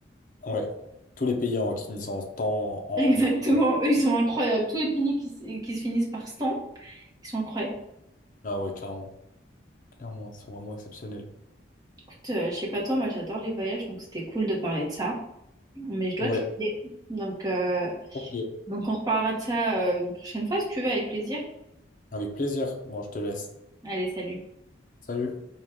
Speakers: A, on the left (about 40°); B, on the right (about 20°).
A: ouais. Tous les pays en qui en temps,
B: <laughs>
A: en...
B: Exactement,
A: euh, oui.
B: eux ils sont incroyables. Tous les pays qui, s- qui se finissent par stan, Ils sont incroyables.
A: Ah ouais, clairement. Clairement, ils sont vraiment exceptionnels.
B: Écoute, euh, je sais pas toi, moi j'adore les voyages, donc c'était cool de parler de ça. Mais je dois
A: Ouais,
B: te laisser. Donc, euh,
A: ok.
B: donc on reparlera de ça euh, une prochaine fois si tu veux, avec plaisir.
A: Avec plaisir. Bon, je te laisse.
B: Allez, salut.
A: Salut.